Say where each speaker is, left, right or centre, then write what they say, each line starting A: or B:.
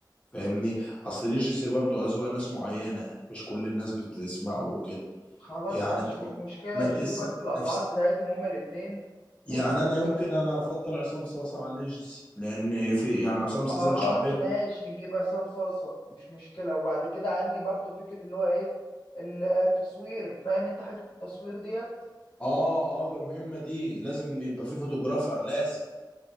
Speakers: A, on the left (about 15°); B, on the left (about 80°).
A: فاهمني اصل ليجيسي برضو اذواق ناس معينه مش كل الناس بتسمع له كده
B: خلاص
A: يعني
B: ماشي
A: انت برضو
B: مش مشكله
A: ما
B: نشوف
A: تقيس
B: بس
A: على
B: الاسعار
A: نفسك
B: بتاعتهم هما الاثنين
A: يعني
B: ونفكر
A: انا يمكن انا افضل عصام صاصا على الليجسي لان في يعني عصام صاصا
B: خلاص
A: ليه شعبيه
B: ماشي نجيب عصام صاصه مش مشكله وبعد كده عندي برضو فكره اللي هو ايه التصوير فاهم انت حته التصوير ديت
A: اه اه ده مهمه دي لازم يبقى في فوتوغرافر لازم